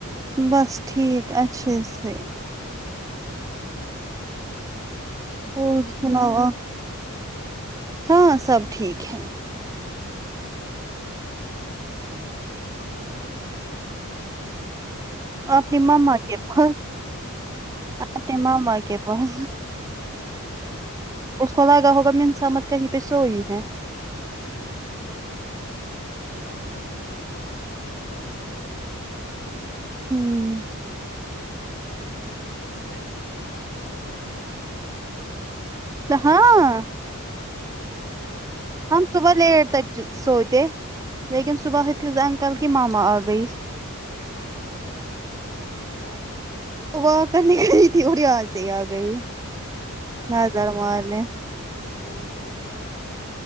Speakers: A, on the right (about 15°); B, on the left (about 40°).
A: بس ٹھیک اچھا سے
B: ہ سر
A: اور سناؤ
B: گھر
A: آپ
B: میںشر بھی ٹھیک ہے
A: ہاں سب ٹھیک ہے
B: مما کا ہے مما ج مکری
A: اپنے ماما کے بول
B: جی اچھا
A: اپنے ماما کے بول
B: بدت
A: اس کو زیادہ ہو انسامت کا ہی پہسوئی ہے
B: ا آپ کرتی ہو ورک فرم ہوم
A: ہوں
B: اچھا ویس ایے نہیں ہے تو آپ لوگ نے کمپلیٹ کی ہوگی رات
A: ہاں
B: بھر کون ایسے
A: ہم
B: جاگتا
A: صبح لیٹ
B: رہتا
A: تک سوتے لیکن صبح حفظ انکل کی ماما آ گئیس
B: خچو کیوں
A: واہ کرنے گئی تھی اور ریااں سے ہی آ گئی
B: کیا
A: نظر
B: یار
A: مارنے
B: کوک وہ تو برابر آ